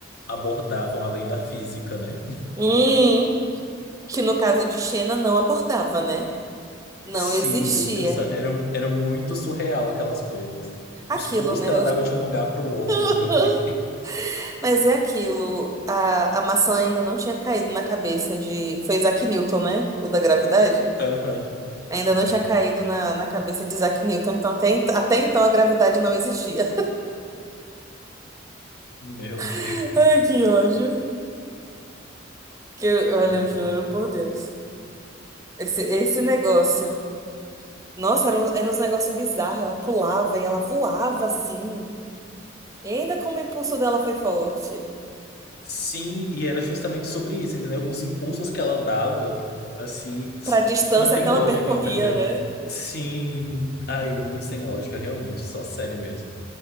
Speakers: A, on the left; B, on the right.
A: abordavam a lei da física, né?
B: Hum, que no caso de Xena não abordava, né? Não
A: Sim,
B: existia.
A: meu Deus, do céu, era, era muito surreal aquelas coisas.
B: Aquilo,
A: Os pulos
B: né?
A: que ela dava de um lugar para o outro,
B: <laughs>
A: meu <laughs> Deus.
B: Mas é aquilo. A, a maçã ainda não tinha caído na cabeça de. Foi Isaac Newton, né? O da gravidade?
A: Aham.
B: Ainda
A: Sim.
B: não tinha caído na, na cabeça de Isaac Newton, então até, ent- até então a gravidade não existia.
A: Meu Deus.
B: <laughs> Ai, que ódio. Que, olha,
A: Aí, muito
B: eu juro
A: bom.
B: por Deus. Esse, esse negócio. Nossa, era, um- era uns negócios bizarros. Ela pulava e ela voava assim. E ainda como o impulso dela foi forte.
A: Sim, e era justamente sobre isso, entendeu? Os impulsos que ela dava, assim, s-
B: Pra distância
A: não tem
B: que
A: lógica,
B: ela percorria,
A: entendeu?
B: né?
A: Sim, ai, muito sem lógica, realmente, só série mesmo.